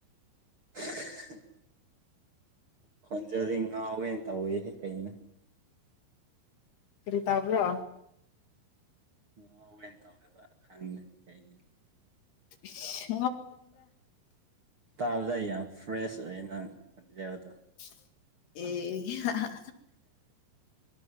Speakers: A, on the right; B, on the left.
A: <unintelligible> ꯈꯣꯟꯖꯗ ꯉꯥꯎꯋꯦꯅ ꯇꯧꯋꯦꯍꯦ ꯀꯩꯅ
B: ꯀꯔꯤ ꯇꯕ꯭ꯔꯣ
A: ꯉꯋꯦꯅ ꯇꯧꯋꯦꯕ ꯈꯪꯗꯦ ꯀꯩꯒꯤꯅꯣ
B: <inaudible>
A: ꯇꯥꯕꯗ ꯑꯩ ꯌꯥꯝ ꯐ꯭ꯔꯦꯁ ꯑꯣꯏꯌꯦ ꯅꯪ ꯑꯣꯖꯕꯗꯣ
B: ꯑꯦ